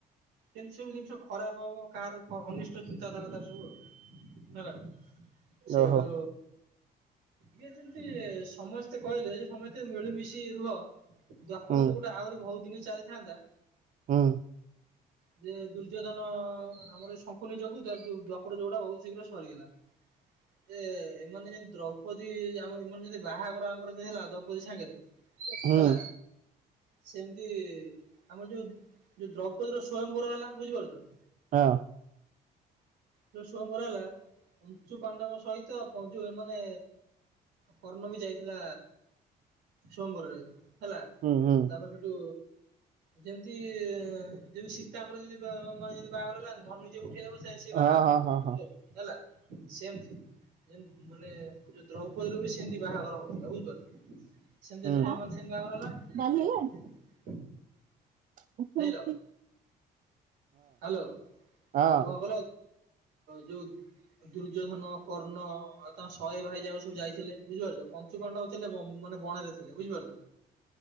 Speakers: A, on the right; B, on the right.
A: ଯେମିତି ସବୁ ଜିନିଷ ଖରାପ ହବ କାହାର ଅନିଷ୍ଟ ଚିନ୍ତାଧାରା ତାର ସବୁ, ହେଲା। ସେଇଠୁ।
B: ଓହୋ
A: ଇଏ ଯେମିତି ସମସ୍ତେ କହିଲେ ଯ ସମସ୍ତେ ମିଳିମିଶି ରୁହ। ଦ୍ୱାପର
B: ହୁଁ
A: ଯୁଗଟା ଆହୁରି ବହୁତ ଦିନ ଚାଲିଥାନ୍ତା।
B: ହୁଁ
A: ଯେ ଦୁର୍ଯ୍ୟୋଧନ ଆମର ଶଙ୍କୁନି ଯୋଗୁ ଦ୍ୱାପର ଯୁଗଟା ବହୁତ ଶୀଘ୍ର ସରିଗଲା। ଯେ ଏମାନେ ଯେମିତି ଦ୍ରୌପଦୀ ଆମ ଏମାନେ ଯେମିତି ବାହାଘରଙ୍କର ଆଙ୍କର ହେଲା ଦ୍ରୌପଦୀ ସାଙ୍ଗରେ।
B: ହଁ।
A: ହେଲା ସେମିତି ଆମର ଯୋଉ ଯୋଉ ଦ୍ରୌପଦୀ ର ସ୍ଵୟଂବର ହେଲା ବୁଝିପାରୁଛ!
B: ହଁ।
A: ଯୋଉ ସୟବର ହେଲା ଉଞ୍ଚୁ ପାଣ୍ଡବ ସହିତ ଯୋଉ ମାନେ ପର୍ଣ୍ଣମୀ ଯାଇଥିଲା ସମ୍ବରରେ ହେଲା
B: ହୁଁ ହୁଁ
A: ତାପରେ ସେଠୁ ଯେମିତି ଯେମିତି ସୀତାଙ୍କର ଯମି ମାନେ ଯି ବାହାଘର ହେଲାନ ଧନୁ ନିଜେ ଉଠେଇଦବ ବୁ
B: ହଁ ହଁ ହଁ ହଁ
A: ହେଲା। ସେମତି ମାନେ ଯୋଉ ଦ୍ରୌପଦ ର ବି ସେମତି ବାହାର ହବ ବୁଝିପାରୁିଲ
B: ହୁଁ।
A: ସେମ ବାହାଘର ହେଲା
B: ଡାଲି
A: ଯୋଉ
B: ହେଇଗଲାଣି? <unintelligible>
A: ଯାଇଁଲ ହ୍ୟାଲୋ
B: ହଁ
A: ଆଉ ବଲ? ଯୋଉ ଦୁର୍ଯ୍ୟୋଧନ କର୍ଣ୍ଣ ଆଉ ତାଙ୍କ ଶହେ ଭାଇଯା ଯାଇଥିଲେ ବୁଝିପାରୁଛ କଞ୍ଚୁ ପାଣ୍ଡବ ଥିଲେ ମାନେ ବଣ ରେ ଥିଲେ ବୁଝିପାରୁଛ।